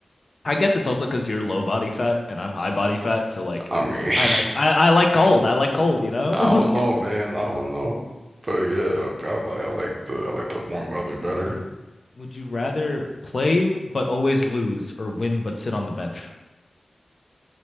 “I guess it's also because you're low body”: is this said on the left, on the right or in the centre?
Left